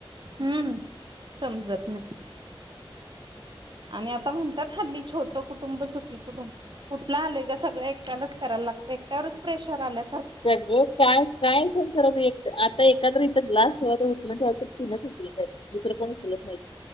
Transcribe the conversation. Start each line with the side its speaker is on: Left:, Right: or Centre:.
Right: हम्म समजत नाही आणि आता म्हणतात हल्ली छोटं कुटुंब चुकी कुटुंब कुठलं आलंय ग सगळं एककालाच करायला प्र आ
Left: सगळं काय काय पण करत आता एखाद्र इथं ग्लास ठेवात उचल ठेवा तिनच दुसरं कोण चलत नाही